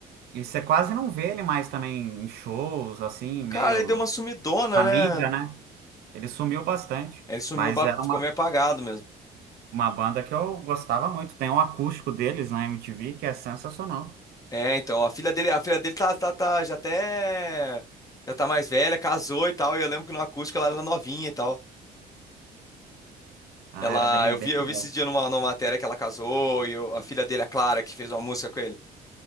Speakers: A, on the right; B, on the left.
A: e você quase não vê ele mais também em shows, assim, meio
B: Cara, ele deu uma sumidona,
A: na
B: né?
A: mídia, né? Ele sumiu bastante,
B: Ele sumiu,
A: mas
B: ba-
A: era
B: ficou
A: uma,
B: meio apagado mesmo.
A: uma banda que eu gostava muito. Tem um acústico deles na MTV que é sensacional.
B: É, então, a filha dele, a filha dele tá, tá, tá, já até, já tá mais velha, casou e tal. E eu lembro que no acústico ela era novinha e tal.
A: Ah,
B: Ela,
A: era bem,
B: eu
A: bem
B: vi, eu
A: legal.
B: vi esses dias numa, numa matéria que ela casou e eu- a filha dele, a Clara, que fez uma música com ele.